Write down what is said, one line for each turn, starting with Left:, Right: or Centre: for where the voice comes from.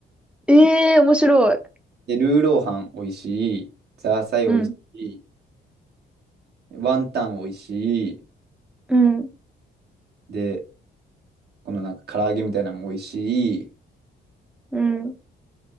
Centre: ええー面白い。
Right: で、ルーローハン美味しい、ザーサイ美味しい、
Centre: うん、
Right: ワンタン美味しい、
Centre: うん、
Right: で、このなんか唐揚げみたいなのも美味しい、
Centre: うん、